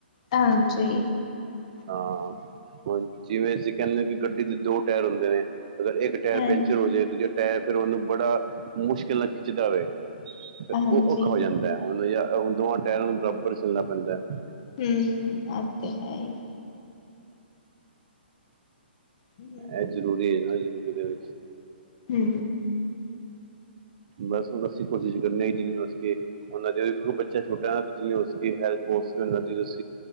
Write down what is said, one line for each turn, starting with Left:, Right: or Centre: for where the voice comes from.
Left: ਹਾਂਜੀ
Right: ਹਾਂ ਹੁਣ ਜਿਵੇਂ ਅਸੀਂ ਕਹਿੰਦੇ ਹਾਂ ਕਿ ਗੱਡੀ ਦੇ ਦੋ ਟਾਇਰ ਹੁੰਦੇ ਨੇ। ਅਗਰ ਇੱਕ ਇੱਕ ਟਾਇਰ
Left: ਹਾਂਜੀ
Right: ਪੈਂਚਰ ਹੋ ਜਾਏ ਦੂਜੇ ਟਾਇਰ ਫਿਰ ਉਹਨੂੰ ਬੜਾ ਮੁਸ਼ਕਿਲ ਨਾਲ ਖਿੱਚਦਾ ਹੋਵੇ। ਤੇ
Left: ਹਾਂਜੀ
Right: ਉਹ ਔਖਾ ਹੋ ਜਾਂਦਾ ਹੈ ਹੁਣ ਦੋਵਾਂ ਟਹਿਰਾਂ ਨੂੰ ਬਰਾਬਰ ਚਲਣਾ ਪੈਂਦਾ ਹੈ।
Left: ਹੂੰ ਓ ਤੇ ਹੈ ਈ। ਹਮ
Right: ਇਹ ਜ਼ਰੂਰੀ ਹੈ ਨਾ ਜ਼ਿੰਦਗੀ ਦੇ ਵਿੱਚ।
Left: ਹੂੰ
Right: ਬਸ ਅਸੀਂ ਕੋਸ਼ਿਸ਼ ਕਰਨ ਜਿੰਨੀ ਹੋ ਸਕੇ। ਉਹਨਾਂ ਦੀ ਕਿਉਂਕਿ ਬੱਚਾ ਛੋਟਾ ਜਿੰਨੀ ਉਸਦੀ ਹੈਲਪ ਹੋ ਸਕੇ ਉਹਨਾਂ ਦੀ ਉਸ